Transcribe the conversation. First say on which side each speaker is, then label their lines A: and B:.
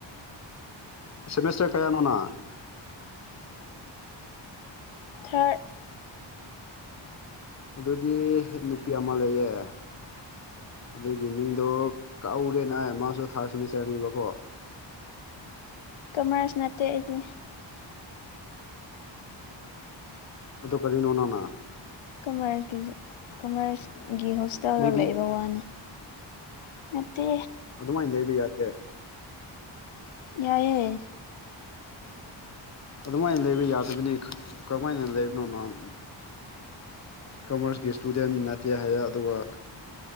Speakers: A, on the left (about 35°); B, on the left (about 85°).
A: ꯁꯦꯃꯤꯁꯇꯔ ꯀꯌꯥꯅꯣ ꯅꯪ
B: ꯊꯔꯠ
A: ꯑꯗꯨꯗꯤ ꯅꯨꯄꯤ ꯑꯃ ꯂꯩꯌꯦ ꯑꯗꯨꯒꯤ ꯃꯤꯡꯗꯣ ꯀꯥꯎꯔꯦꯅꯦ ꯃꯥꯁꯨ ꯊꯥꯔꯠ ꯁꯦꯃꯤꯁꯇꯔꯅꯦꯕꯀꯣ
B: ꯀꯃꯔꯁ ꯅꯠꯇꯦ ꯑꯩꯗꯤ
A: ꯑꯗꯣ ꯀꯔꯤꯅꯣ ꯅꯪꯅ
B: ꯀꯃꯔꯁꯀꯤꯁꯨ ꯀꯃꯔꯁꯒꯤ ꯍꯣꯁꯇꯦꯜꯗ
A: ꯕꯤ ꯕꯤ
B: ꯂꯩꯕ
A: ꯑꯦ
B: ꯋꯥꯅꯦ ꯅꯠꯇꯦ
A: ꯑꯗꯨꯃꯥꯏꯅ ꯂꯩꯕ ꯌꯥꯗꯦ
B: ꯌꯥꯏꯌꯦ
A: ꯑꯗꯨꯃꯥꯏꯅ ꯂꯩꯕ ꯌꯥꯗꯕꯅꯤ ꯈ ꯀꯃꯥꯏꯅ ꯂꯩꯕꯅꯣ ꯅꯪ__ ꯀꯃꯔꯁꯀꯤ ꯁ꯭ꯇꯨꯗꯦꯟ ꯅꯠꯇꯦ ꯍꯥꯏꯌꯦ ꯑꯗꯨꯒ